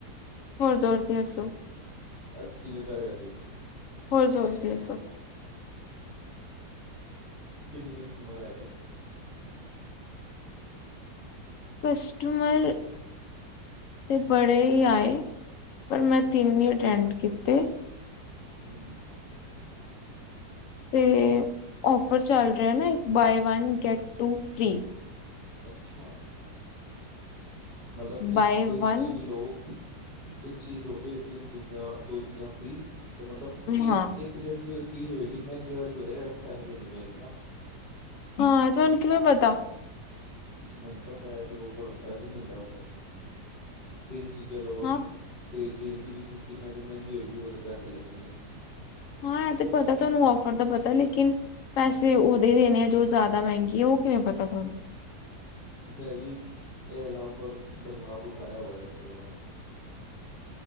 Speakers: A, on the left; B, on the left.
A: ਹੋਰ ਜੋਰ ਦੀ ਹੱਸੋ।
B: ਅੱਜ ਕਿਵੇਂ ਦਾ ਰਿਆ ਦਿਨ।
A: ਹੋਰ ਜੋਰ ਦੀ ਹੱਸੋ।
B: ਕਿੰਨੇ ਕਸਟਮਰ ਆਏ ਅੱਜ।
A: ਕਸਟਮਰ ਤੇ ਬੜੇ ਹੀ ਆਏ। ਪਰ ਮੈਂ ਤਿੰਨ ਹੀ ਅਟੈਂਡ ਕੀਤੇ।
B: ਹਮ
A: ਤੇ ਆਫਰ ਚੱਲ ਰਿਹਾ ਨਾ ਇ buy one get two free.
B: ਅੱਛਾ। ਮਤਲਬ
A: ਬਾਏ
B: ਇੱਕ
A: ਵਨ
B: ਚੀਜ਼ ਲਓ ਇੱਕ ਚੀਜ਼ ਲੋ ਤੇ ਤਿੰਨ ਚੀਜ਼ਾਂ ਦੋ ਚੀਜ਼ਾਂ ਫਰੀ। ਤੇ ਮਤਲਬ ਇਹ
A: ਹਾਂ
B: ਇੱਕ ਜਿਹੜੀ ਚੀਜ਼ ਹੋਏਗੀ ਮਹਿੰਗੇ ਵਾਲੀ ਉਹਦੇ ਪੈਸੇ ਦੇਣੇ ਪੈਗੇ ਨਾ।
A: ਹਾਂ ਤੁਹਾਨੂੰ ਕਿਵੇਂ ਪਤਾ।
B: ਮੈਨੂੰ ਪਤਾ ਹੈ ਤੇ ਓਫਰ ਐਵੇ ਹੀ ਹੁੰਦਾ ਓਫਰ ਤਿੰਨ ਚੀਜ਼ਾਂ ਲੋ
A: ਹਾਂ
B: ਅਤੇ ਜਿਹੜੀ- ਜਿਹੜੀ ਚੀਜ਼ ਤਿੰਨਾਂ ਚੋਂ ਮਹਿੰਗੀ ਹੋਏਗੀ ਉਹਦੇ ਪੈਸੇ ਲੱਗਣਗੇ।
A: ਹਾਂ ਇਹ ਤੇ ਪਤਾ ਤੁਹਾਨੂੰ ਓਫਰ ਦਾ ਪਤਾ ਲੇਕਿਨ, ਪੈਸੇ ਉਹਦੇ ਹੀ ਦੇਣੇ ਆ ਜੋ ਜ਼ਿਆਦਾ ਮਹਿੰਗੀ ਹੈ। ਉਹ ਕਿਵੇਂ ਪਤਾ ਤੁਹਾਨੂੰ?
B: ਮੈਂ ਵੀ <unintelligible> ਦਾ ਲਾਭ ਉਠਾਇਆ ਹੋਆ ਇੱਕ, ਦੋ ਵਾਰ।